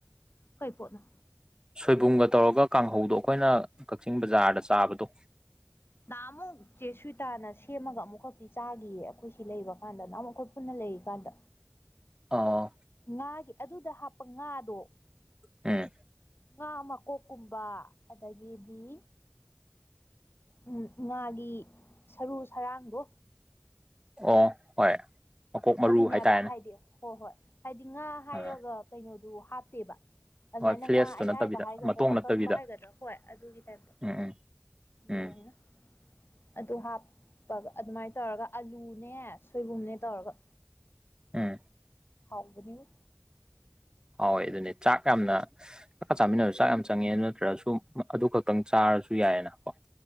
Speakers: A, on the left (about 70°); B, on the right (about 20°).
A: ꯀꯥꯏ ꯄꯣꯠꯅ
B: ꯁꯣꯏꯕꯨꯝꯒ ꯇꯧꯔꯒ ꯀꯥꯡꯍꯧꯗꯣ ꯑꯩꯈꯣꯏꯅ ꯀꯛꯆꯤꯡ ꯕꯖꯥꯔꯗ ꯆꯥꯕꯗꯣ
A: ꯇꯃꯨ ꯆꯦ ꯁ꯭ꯋꯤꯇꯥꯅ ꯁꯦꯝꯃꯒ ꯑꯃꯨꯛꯈꯛꯇꯤ ꯆꯥꯒꯤꯌꯦ ꯑꯩꯈꯣꯏ ꯁꯤ ꯂꯩꯕ ꯀꯥꯟꯗ ꯅꯍꯟꯝꯨꯛ ꯑꯩꯈꯣꯏ ꯄꯨꯟꯅ ꯂꯩꯔꯤꯀꯥꯟꯗ
B: ꯑꯣ
A: ꯉꯥꯒꯤ ꯑꯗꯨꯗ ꯍꯥꯞꯄ ꯉꯥꯗꯣ
B: ꯎꯝ
A: ꯉꯥ ꯃꯀꯣꯛꯀꯨꯝꯕ ꯑꯗꯒꯤꯗꯤ ꯎꯝ ꯉꯥꯒꯤ ꯁꯔꯨ ꯁꯔꯥꯡꯗꯣ
B: ꯑꯣ ꯍꯣꯏ ꯃꯀꯣꯛ ꯃꯔꯨ
A: ꯑꯗꯨꯅꯦꯕ
B: ꯍꯥꯏꯇꯥꯔꯦꯅꯦ
A: ꯍꯥꯏꯗꯤ ꯍꯣꯏ ꯍꯣꯏ ꯍꯥꯏꯗꯤ ꯉꯥ ꯍꯥꯏꯔꯒ
B: ꯑꯥ
A: ꯀꯩꯅꯣꯗꯨ ꯍꯥꯞꯇꯦꯕ ꯑꯗꯨꯃꯥꯏꯅ
B: ꯍꯣꯏ ꯐ꯭ꯂꯦꯁꯇꯨ
A: ꯉꯥ ꯑꯌꯥꯏꯕ
B: ꯅꯠꯇꯕꯤꯗ
A: ꯍꯥꯏꯒꯗ꯭ꯔꯥ
B: ꯃꯇꯣꯡ
A: ꯑꯀꯪꯕ
B: ꯅꯠꯇꯕꯤꯗ
A: ꯍꯥꯏꯒꯗ꯭ꯔꯥ ꯍꯣꯏ ꯑꯗꯨꯒꯤ ꯇꯥꯏꯝꯇ
B: ꯎꯝ ꯎꯝ ꯎꯝ
A: ꯂꯥꯛꯑꯦꯅ ꯑꯗꯨ ꯍꯥꯞꯄꯒ ꯑꯗꯨꯃꯥꯏꯅ ꯇꯧꯔꯒ ꯑꯂꯨꯅꯦ ꯁꯣꯏꯕꯨꯝꯅꯦ ꯇꯧꯔꯒ
B: ꯎꯝ
A: ꯍꯥꯎꯒꯅꯤꯉꯣ
B: ꯍꯥꯎꯋꯦ ꯑꯗꯨꯅꯦ ꯆꯥꯛ ꯌꯥꯝꯅ ꯆꯥꯛꯀ ꯆꯥꯃꯤꯟꯅꯔꯁꯨ ꯆꯥꯛ ꯌꯥꯝ ꯆꯪꯉꯦ ꯅꯠꯇ꯭ꯔꯁꯨ ꯑꯗꯨ ꯈꯛꯇꯪ ꯆꯥꯔꯁꯨ ꯌꯥꯏꯌꯦꯅ ꯀꯣ